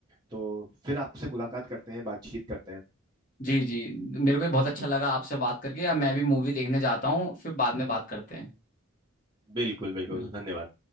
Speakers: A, on the right; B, on the left.
A: तो फिर आपसे मुलाकात करते हैं बातचीत करते हैं
B: जी जी मेरे को भी बहुत अच्छा लगा आपसे बात करके अब मैं भी मूवी देखने जाता हूँ फिर बाद में बात करते हैं
A: बिल्कुल बिल्कुल
B: बिल्कुल
A: धन्यवाद